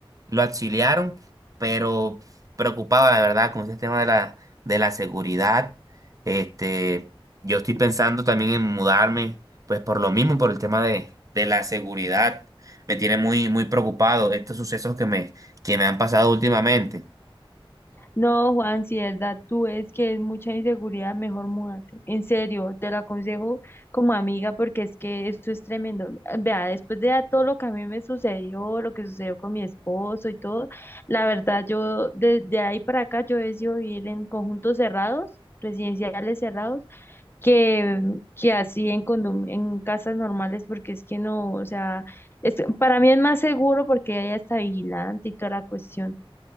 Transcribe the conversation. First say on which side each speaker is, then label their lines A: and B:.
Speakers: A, on the right; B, on the left.
A: lo auxiliaron, pero preocupado, la verdad, con ese tema de la, de la seguridad. Este, yo estoy pensando también en mudarme, pues por lo mismo, por el tema de, de la seguridad. Me tiene muy, muy preocupado estos sucesos que me, que me han pasado últimamente.
B: No, Juan, si de verdad tú es que es mucha inseguridad, mejor múdate. En serio, te lo aconsejo como amiga porque es que eso es tremendo. Vea, después de todo lo que a mí me sucedió, lo que sucedió con mi esposo y todo, la verdad yo desde ahí para acá yo he decidido vivir en conjuntos cerrados, residenciales cerrados, que, que así en condom- en casas normales porque es que no, o sea, es- para mí es más seguro porque hay hasta vigilante y toda la cuestión.